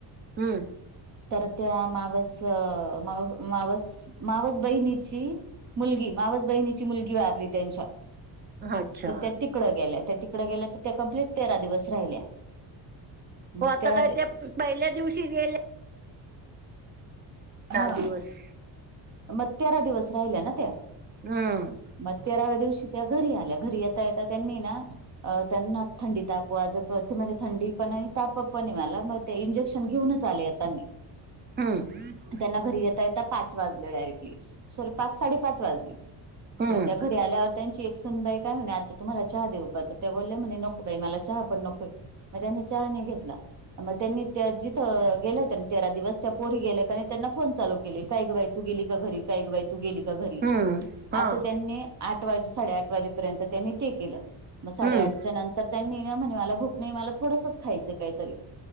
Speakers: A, on the right (about 25°); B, on the right (about 40°).
A: हम्म.
B: तर त्या मावस, माव-मावस मावस बहीणीची मुलगी, मावस बहिणीची मुलगी वारली त्यांच्या.
A: अच्छा
B: तर त्या तिकड गेल्या, त्या तिकड गेल्या तर त्या कंप्लीट तेरा दिवस राहिल्या. मग
A: हो आता
B: तेरा
A: काय, त्या पहिल्या दिवशी गेल्या
B: हा,
A: दहा दिवस.
B: मग तेरा दिवस राहिल्या ना त्या.
A: हम्म.
B: मग तेराव्या दिवशी त्या घरी आल्या, घरी येता येता त्यांनी ना अं त्यांना थंडी, ताप वाजत होती. ते म्हणता थंडी पण आहे, ताप पण आहे मला मग त्या इंजेक्शन घेऊनच आल्या येतांनी.
A: हम्म्म.
B: त्यांना घरी येता येता पाच वाजले डायरेक्टली. साडे पाच-साडेपाच वाजले
A: हम्म
B: मग त्या घरी आल्यावर त्यांची एक सून बाई काय म्हणे, आत्या तुम्हाला चहा देऊ का? त्या बोलल्या म्हणे, नको बाई, मला चहा पण नको. मग त्यांनी चहा नाही घेतला, मग त्यांनी त्या जिथं गेले होत्या नं तेरा दिवस त्या पोरी गेल्या का नाही? त्यांना फोन चालू केले, काय ग बाई! तू गेली का घरी? काय ग बाई! तू गेली का घरी?
A: हम्म हा.
B: असं त्यांनी आठ वाजे साडे आठ वाजेपर्यंत त्यांनी ते केलं. मग साडे
A: हम्म
B: आठच्या नंतर त्यांनी म्हणे, मला भूक नाही, मला थोडसंच खायचं काहीतरी.